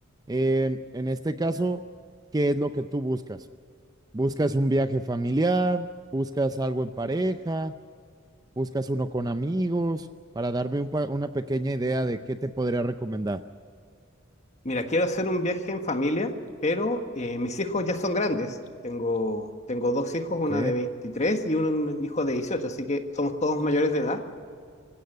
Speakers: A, on the right; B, on the left.
A: En, en este caso, ¿qué es lo que tú buscas? ¿Buscas un viaje familiar? ¿Buscas algo en pareja? ¿Buscas uno con amigos? Para darme un pa- una pequeña idea de qué te podría recomendar.
B: Mira, quiero hacer un viaje en familia, pero eh, mis hijos ya son grandes. Tengo, tengo dos hijos,
A: Ok.
B: una de 23 y un hijo de 18, así que somos todos mayores de edad.